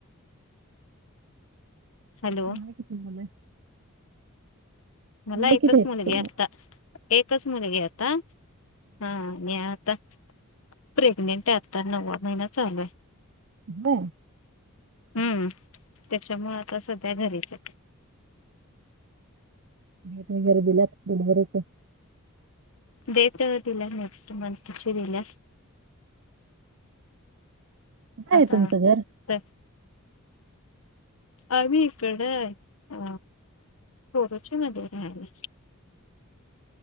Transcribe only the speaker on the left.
हॅलो
मला
एकच
मुलगी
आता एकच मुलगी आता हा हा प्रेग्नेंट आहे आता नववा महिना चालू आहे
हम्म त्याच्या मुळं आता सध्या घरीच आहे
डेट दिल्या नेक्स्ट मन्थ ची दिल्या
आता
तर आम्ही इकडे अ कोरुची मध्ये राहायला